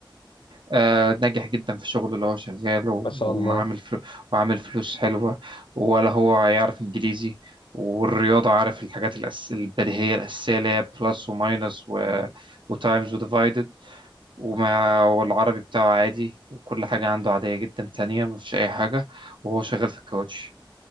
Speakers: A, on the right (about 70°); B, on the left (about 75°).
A: آه، ناجح جدا في شغله اللي هو شغاله
B: ما شاء
A: وعامل
B: الله
A: فل... وعامل فلوس حلوة ولا هو يعرف إنجليزي والرياضة عارف الحاجات الأس... البديهية الأساسية اللي هي بلس وماينس و... وتايمز وديفايدد وما والعربي بتاعه عادي وكل حاجة عنده عادية جدا تانية مفيش أي حاجة وهو شغال في الكاوتش